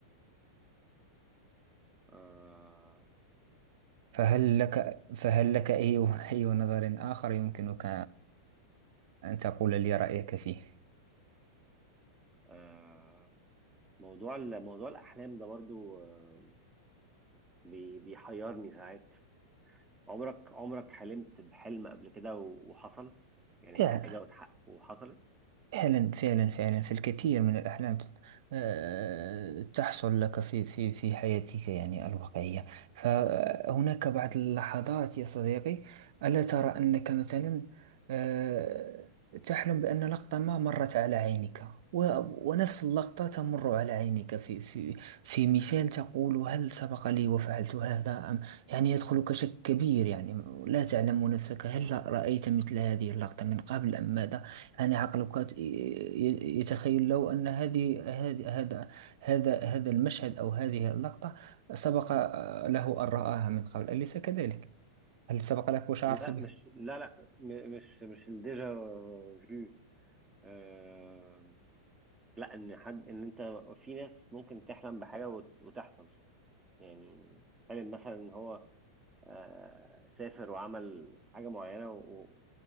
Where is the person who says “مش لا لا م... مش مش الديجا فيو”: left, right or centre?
Right